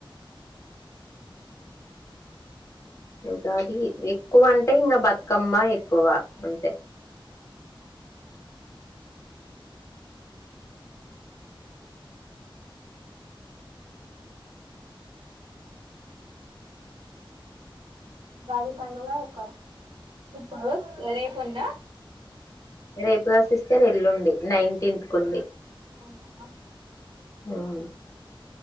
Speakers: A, on the left; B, on the right.
A: గాది ఎక్కువ అంటే, ఇంగా బతుకమ్మ ఎక్కువ. అంతే.
B: భారి పండుగ <unintelligible> ఇప్పుడు రేపు ఉంద
A: రేపు కాదు సిస్టర్ ఎల్లుండి నైంటీత్ కుంది
B: అవునా
A: అ